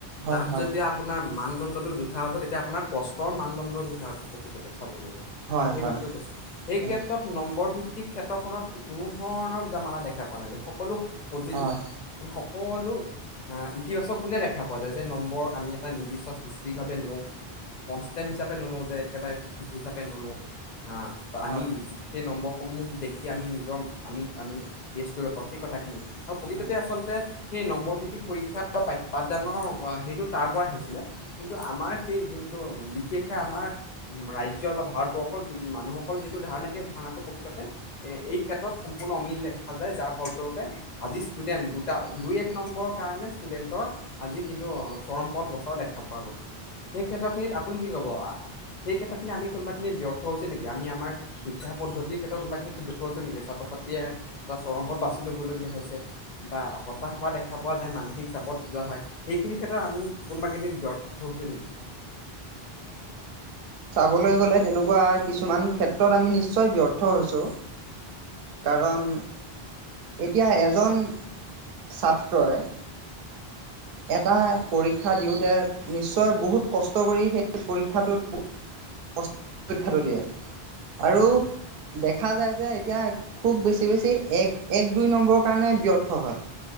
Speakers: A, on the right (about 65°); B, on the left (about 55°).
A: হয়,
B: তাত
A: হয়,
B: যেতিয়া আপোনাৰ মানদণ্ডটো জোখা হ'ব তেতিয়া আপোনাৰ কষ্টৰ মানদণ্ড জোখা হয় প্ৰকৃততে চাবলৈ গ'লে,
A: হয়,
B: সেই
A: হয়।
B: কথাটো
A: এই
B: কৈছো। সেই ক্ষেত্ৰত নম্বৰ ভিত্তিক ক্ষেত্ৰখনত কোনো ধৰণৰ জামালা দেখা পোৱা নাযাই। সকলো পজিটিভ,
A: হয়।
B: মানে সকলো আ ইতিবাচক কোনে দেখা পোৱা যায় যে নম্বৰ আমি এটা নিৰ্দিষ্ট স্পেচিফিকভাৱে লওঁ কনছস্তেণ্ট হিচাপে নলওঁ, যে একেবাৰে ফিক্স হিচাপে নলওঁ। হা, ত'
A: হয়।
B: আমি সেই নম্বৰসমূহ দে কি আমি নিজৰ আমি, আমি েষ্ট কৰিব পাৰোঁ সেই কথাখিনি আৰু প্ৰকৃততে
A: হয়।
B: আচলতে সেই নম্বৰ ভিত্তিক পৰীক্ষাা পাঠদানৰ সেইটো তাৰ পৰাৰাই হৈছিলে কিন্তু আমাৰ সেই যোনটো বিশেষকৈ আমাৰ ৰাজ্যৰ বা ভাৰতবৰ্ষৰ মানুহসকল যিটো ধাৰণা সেই ধাৰণাটো প্ৰকৃততে এই ক্ষেত্ৰত সম্পূৰ্ণ অমিল
A: এ
B: দেখে। দেখা যায় যাৰ ফলস্বৰূপে আজি ষ্টুডেন্ট দুটা দুই এক নম্বৰৰ কাৰণে ষ্টুডেন্টৰ আজি কিন্তু চৰম পথ বচাও দেখা পোৱা গৈছে সেই ক্ষেত্ৰ খিনিত আপুনি কি ক'ব? সেই ক্ষেত্ৰ খিনি আমি কোনোবা খিনি ব্যৰ্থ হৈ হৈছে নেকি? আমি আমাৰ শিক্ষা পদ্ধতিৰ ক্ষেত্ৰত কোনোবা খিনি ব্যৰ্থ হৈছো নেকি ছাত্ৰ ছাত্ৰীয়ে এটা চৰম পত বাচি ল'বলগীয়া হৈছে বা হতাশ হোৱা দেখা পোৱা যায় মানসিক চাপত যোৱা হয়। সেইখিনি ক্ষেত্ৰত আমি কোনোবাখিনিত ব্যৰ্থ হৈছোঁ নেকি?
A: বলৈ গ'লে। তেনেকুৱা কিছুমান ক্ষেত্ৰত আমি নিশ্চয় ব্যৰ্থ হৈছো। কাৰণ। এতিয়া এজন ছাত্ৰই এটা। পৰীক্ষা দিওঁতে নিশ্চয় বহুত কষ্ট কৰি সেই পৰীক্ষাটোত কষ্টত পৰীক্ষা টো দিয়ে।
B: হয়
A: আৰু
B: হয়
A: দেখা যায় যে এতিয়া খুব বেছি। আটাতকৈ বেছি। এক এক দুই নম্বৰৰ কাৰণে ব্যৰ্থ হয়।